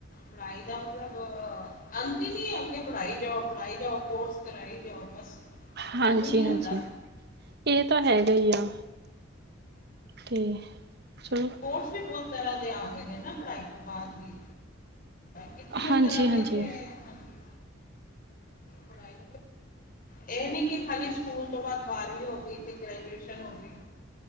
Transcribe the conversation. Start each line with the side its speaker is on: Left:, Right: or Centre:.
Left: ਪੜ੍ਹਾਈ ਦਾ ਮਤਲਬ ਅੰਤ ਨਹੀਂ ਅਗੇ ਪੜ੍ਹਾਈ? ਜਾਓ ਪੜਾਈ ਜਾਓ ਕੋਰਸ ਕਰਾਈ ਜਾਓ ਬਸ ਖਤਮ
Right: ਹਾਂਜੀ-ਹਾਂਜੀ
Left: ਹੀ ਨਹੀਂ ਹੁੰਦਾ।
Right: ਇਹ ਤਾਂ ਹੈਗਾ
Left: ਤੇ-
Right: ਹੀ ਆ। ਤੇ ਚਲੋ
Left: ਕੋਰਸ ਵੀ ਬਹੁਤ ਤਰ੍ਹਾਂ ਦੇ ਆ ਗਏ ਹੈ ਨਾ ਪੜ੍ਹਾਈ ਤੋਂ ਬਾਅਦ ਵੀ। ਕਿਤਨ
Right: ਹਾਂਜੀ-ਹਾਂਜੀ
Left: ਤਰ੍ਹਾਂ ਦੇ ਹੈ ਹਾਂਜੀ ਪੜਾਈ? ਏ ਨੀ ਕਿ ਖਾਲੀ ਸਕੂਲ ਤੋ ਬਾਦ ਬਾਰਵੀ ਹੋਗੀ, ਤੇ ਗ੍ਰੈਜੂਏਸ਼ਨ ਹੋਗੀ।